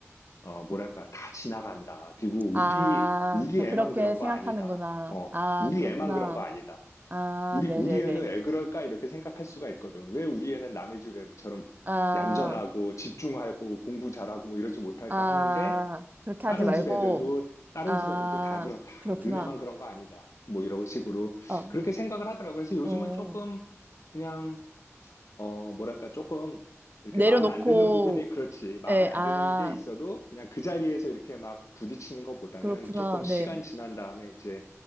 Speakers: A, on the left; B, on the right.
A: 어 뭐랄까 다 지나간다 그리고 우리
B: 아,
A: 우리
B: 그냥
A: 애만
B: 그렇게
A: 그런
B: 생각하는구나.
A: 거 아니다 어
B: 아,
A: 우리
B: 그렇구나.
A: 애만 그런 거 아니다
B: 아,
A: 우리,
B: 네네네.
A: 우리 애는 왜 그럴까? 이렇게 생각할 수가 있거든. 왜 우리 애는 남의 집 애들처럼
B: 아,
A: 얌전하고 집중하고 공부 잘하고 뭐 이러지 못할까
B: 아,
A: 하는 게
B: 그렇게
A: 다른
B: 하지 말고.
A: 집 애들도, 다른
B: 아,
A: 집 애들도 다 그렇다.
B: 그렇구나.
A: 너네만 그런 거 아니다. 뭐 이런 식으로
B: 아,
A: 그렇게 생각을 하더라고. 그래서 요즘은
B: 어,
A: 조금 그냥 어, 뭐랄까, 조금, 이렇게
B: 내려놓고,
A: 마음에 안 드는 부분이, 그렇지. 마음에
B: 예,
A: 안
B: 아,
A: 드는 게 있어도 그냥 그 자리에서 이렇게 막 부딪히는 것보다는
B: 그렇구나.
A: 조금 시간
B: 네.
A: 지난 다음에 이제